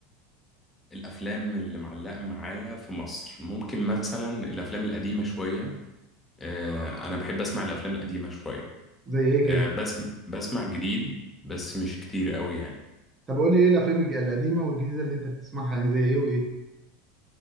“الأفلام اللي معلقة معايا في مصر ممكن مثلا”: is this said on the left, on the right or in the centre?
Left